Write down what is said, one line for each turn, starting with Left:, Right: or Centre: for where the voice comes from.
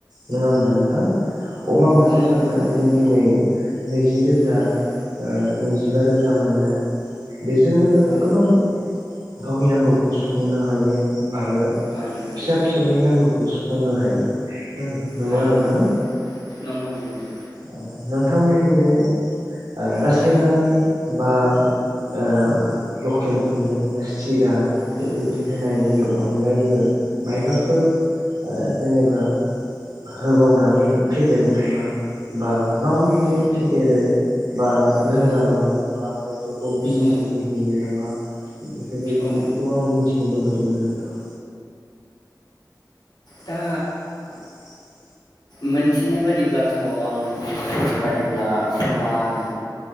Right: नङा होमबा नोंथां अमा मासे
Left: नंगौ
Right: फाननानै
Left: नंगौ नोंथां नंगौ
Right: जों दिनै नैजि रोजा
Left: औ
Right: ओ नैजिबा द रोजा मोननो बेज बे जोंनो जोङो
Left: औ
Right: गोबां गावनि नांगौखौ सुफुंनो हायो आरो
Left: हायो हायो
Right: फिसा फिसौनि नांगौखौ बुंनो हायो ओम नंगौना
Left: हायो
Right: नोंथां?
Left: हायो नंगौ नंगौ
Right: ओ नों थांमोननि बे ओ रासायनारि
Left: औ
Right: बा ओ लकेल गुन्दै बा सिरा
Left: औ
Right: बेबायदि होनायनि
Left: औ
Right: अनगायैबो मायबाफोर ओ जेनेबा होबावनानै फेदेरो नामा बा माबायदिहाय
Left: औ
Right: फेदेरो बा लोमजाबा
Left: औ
Right: बा बेफोरखौ बिजि
Left: औ
Right: सिजि होयो ना नामा बेफोरबायदिखौ
Left: औ
Right: आं मिथि नो लुबैदोंमोन नोंथां
Left: दा
Right: <unintelligible>
Left: मोनथिनाय बादि ब्लाथ' आं मोनथिनाय बादिब्ला अमानो